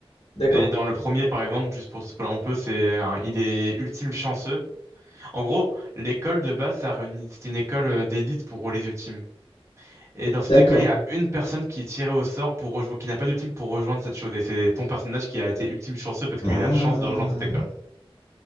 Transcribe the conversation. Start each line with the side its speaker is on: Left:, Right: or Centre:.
Left: d'accord.
Right: Et dans le premier, par exemple, juste pour te spoiler un peu, c'est un- il est ultime chanceux. En gros, l'école de base, ça réunit, c'est une école euh, d'élite pour les ultimes. Et dans cette
Left: D'accord.
Right: école, il y a une personne qui est tirée au sort pour rejoindre, qui n'a pas d'ultime pour rejoindre cette chose. Et c'est ton personnage qui a été ultime chanceux parce qu'il
Left: Ah.
Right: a la chance de rejoindre cette école.